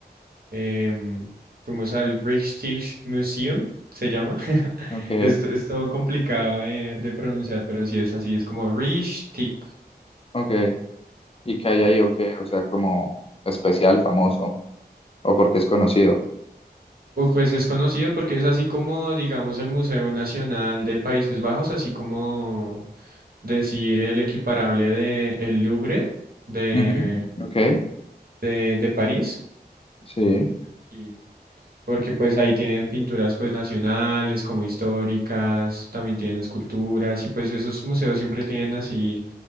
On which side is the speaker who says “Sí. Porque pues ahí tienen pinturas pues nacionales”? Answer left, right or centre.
Right